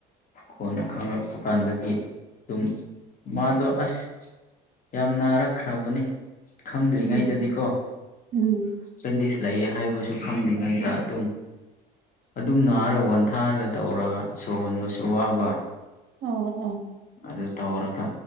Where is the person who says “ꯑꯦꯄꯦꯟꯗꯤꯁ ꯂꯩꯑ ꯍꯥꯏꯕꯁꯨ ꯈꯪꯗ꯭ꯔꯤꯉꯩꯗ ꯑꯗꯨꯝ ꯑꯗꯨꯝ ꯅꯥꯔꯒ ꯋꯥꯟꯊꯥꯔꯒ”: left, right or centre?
Left